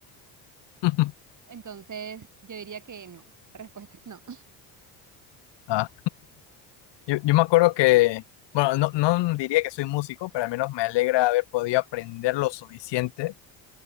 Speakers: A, on the left; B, on the right.
A: <laughs>
B: Entonces, yo diría que no. La respuesta <laughs> es no.
A: Ah. Yo, yo me acuerdo que, bueno, no, no diría que soy músico, pero al menos me alegra haber podido aprender lo suficiente